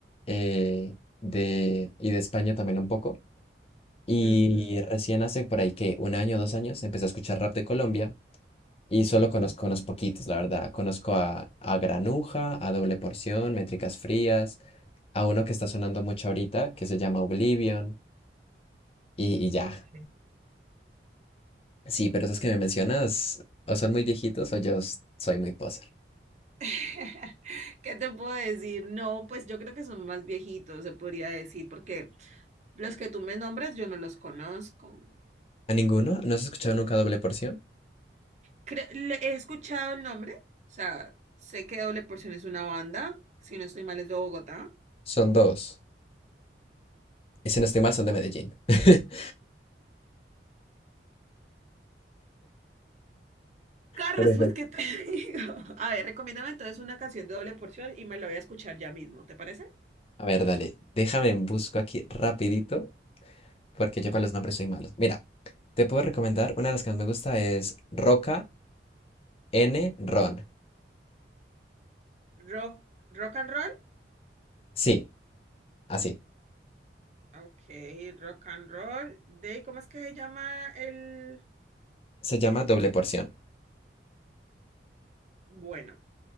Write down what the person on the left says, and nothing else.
eh, de, y de España también un poco. Y
recién hace por ahí que un año, dos años, empecé a escuchar rap de Colombia. Y solo
conozco unos poquitos, la verdad. Conozco a, a Granuja, a Doble Porción, Métricas Frías, a uno que está sonando mucho ahorita, que se llama Oblivion, y, y ya.
Sí, pero esos que me mencionas, o son muy viejitos o yo s- soy muy poser.
¿A ninguno? ¿No has escuchado nunca Doble Porción?
Son dos. Y si no estoy mal, son de Medellín. <laughs>
Perfecto.
A ver, dale, déjame en busco aquí rapidito, porque yo para los nombres soy malo. Mira, te puedo recomendar, una de las que más me gusta es Roca N. Ron.
Sí, Así.
Se llama Doble Porción.